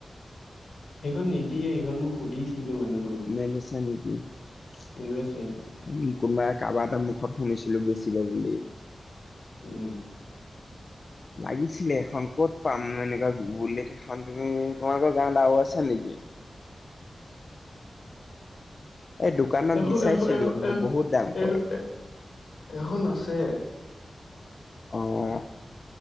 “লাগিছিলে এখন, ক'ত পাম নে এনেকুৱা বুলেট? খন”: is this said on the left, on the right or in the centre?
Left